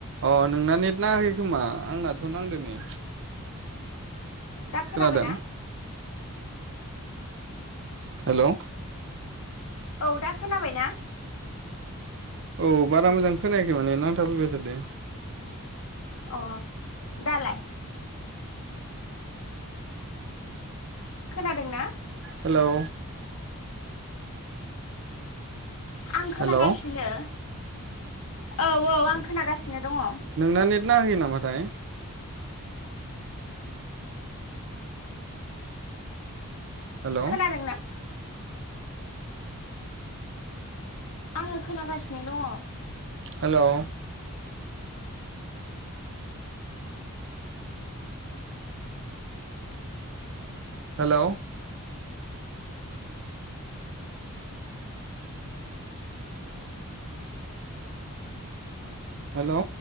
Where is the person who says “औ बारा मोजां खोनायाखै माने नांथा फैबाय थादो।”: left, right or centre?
Right